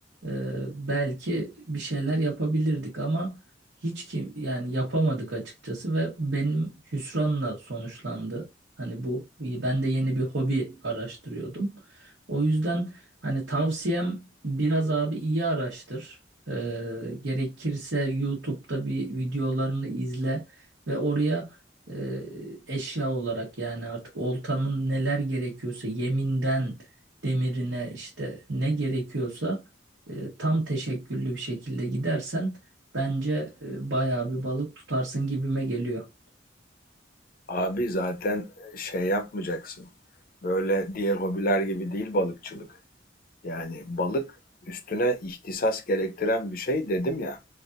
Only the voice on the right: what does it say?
e, belki bir şeyler yapabilirdik ama hiç kim yani yapamadık açıkçası ve benim hüsranla sonuçlandı. Hani bu ben de yeni bir hobi araştırıyordum. O yüzden hani tavsiyem biraz abi iyi araştır. Ee, gerekirse YouTube'da bir videolarını izle ve oraya e, eşya olarak yani artık oltanın neler gerekiyorsa yeminden demirine işte ne gerekiyorsa e, tam teşekküllü bir şekilde gidersen bence e, bayağı bir balık tutarsın gibime geliyor.